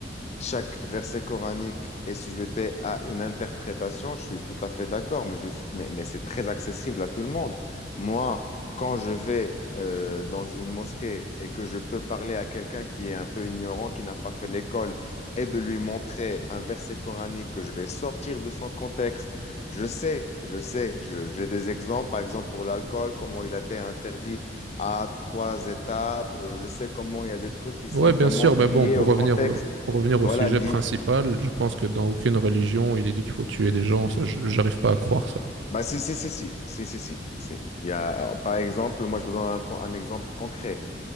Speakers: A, on the left; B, on the right.
A: chaque verset coranique est sujeté à une interprétation, je suis tout à fait d'accord, mais, je suis- mais, mais c'est très accessible à tout le monde. Moi, quand je vais euh, dans une mosquée et que je peux parler à quelqu'un qui est un peu ignorant, qui n'a pas fait l'école, et de lui montrer un verset coranique que je vais sortir de son contexte, je sais, je sais, je- j'ai des exemples, par exemple pour l'alcool, comment il a été interdit à trois étapes, euh, je sais comment il y a des trucs qui sont
B: Ouais,
A: vraiment
B: bien sûr,
A: liés
B: mais bon, pour
A: au
B: revenir,
A: contexte.
B: au- pour revenir
A: Voilà,
B: au sujet
A: lié.
B: principal, je pense que dans aucune religion, il est dit qu'il faut tuer des gens, ça, je- j'arrive pas à croire ça.
A: Bah, si, si, si, si, si, si, si, si. Il y a, euh, par exemple, moi, je te donne un, co- un exemple concret.